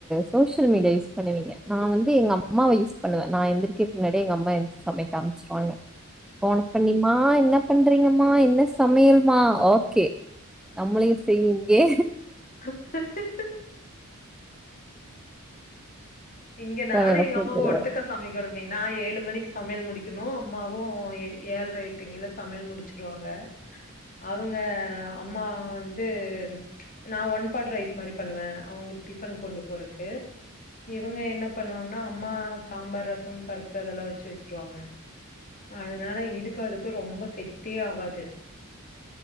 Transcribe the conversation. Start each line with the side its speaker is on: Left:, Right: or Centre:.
Centre: சோசியல் மீடியா யூஸ் பண்ணுவீங்க நான் வந்து எங்க அம்மாவ யூஸ் பண்ணுவே நா எந்திர்கக்கு முன்னாடியே எங்கம்மா என்திருச்சு சமைக்க ஆரம்பிச்சிருவாங்க ஃபோன பண்ணி மா என்ன பண்றீங்கமா என்ன சமையல்மா ஓக்கே நம்மளையு செய் இங்கே
Left: <unintelligible> இங்க நானு
Centre: சமையல
Left: எங்க
Centre: சூப்பர்
Left: அம்மாவு ஒட்டுக்கா சமை க்கணுமே நா ஏழு மணிக்கு சமையல் முடிக்கணு அம்மாவு ஏ ஏழ்ற எட்டுங்கில சமையல் முடு ச்சுருவாங்க அவுங்க அம்மா வந்து நா ஒன் பாட் ரைஸ் மாரி பண்ணுவே அவுங்களுக்கு டிஃபனுக்கு கொண்டு போறக்கு இவங்க என்ன பண்ணுவாங்ன்னா அம்மா சாம்பார் ரசம் பருப்பு அதெல்லா வச்சு வச்சிருவாங்க அதனால இதுக்கு அதுக்கு ரொம்ப செட்டே ஆவாது